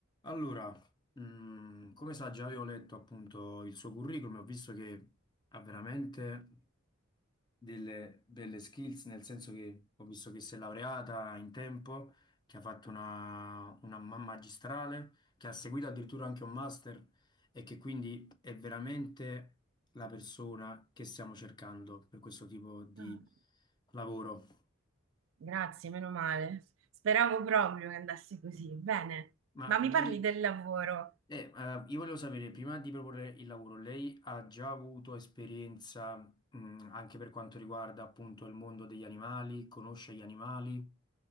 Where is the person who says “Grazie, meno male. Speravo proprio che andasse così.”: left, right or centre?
Right